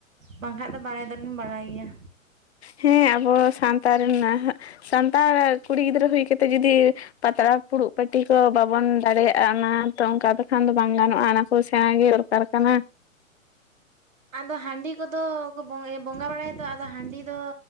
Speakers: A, on the right (about 70°); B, on the left (about 50°).
A: ᱵᱟᱝᱠᱷᱟᱡ ᱫᱚ ᱵᱟᱲᱟᱭ ᱫᱚᱞᱤᱧ ᱵᱟᱲᱟᱭ ᱜᱮᱭᱟ᱾
B: ᱦᱮᱸ ᱟᱵᱚ ᱥᱟᱱᱛᱟ ᱨᱮᱱᱟᱦᱜ ᱥᱟᱱᱛᱟᱲ ᱠᱩᱲᱤ ᱜᱤᱫᱽᱨᱟᱹ ᱦᱩᱭ ᱠᱟᱛᱮ ᱡᱩᱫᱤ ᱯᱟᱛᱲᱟ ᱯᱷᱩᱲᱩᱜ ᱯᱟᱹᱴᱤ ᱠᱚ ᱵᱟᱵᱚᱱ ᱫᱟᱲᱮᱭᱟᱜᱼᱟ ᱚᱱᱟ ᱛᱚ ᱚᱱᱠᱟ ᱫᱚᱠᱷᱟᱱ ᱫᱚ ᱵᱟᱝ ᱜᱟᱱᱚᱜᱼᱟ ᱚᱱᱟᱠᱚᱫ ᱥᱮᱬᱟᱸ ᱜᱮ ᱠᱟᱨ ᱠᱟᱱᱟ᱾
A: ᱟᱫᱚ ᱦᱟᱺᱰᱤ ᱠᱚᱫᱚ ᱠᱚ ᱵᱚᱝ ᱮ ᱵᱚᱸᱜᱟ ᱵᱟᱲᱟᱭ ᱫᱚ ᱟᱫ ᱟᱫᱚ ᱦᱟᱺᱰᱤ ᱫᱚ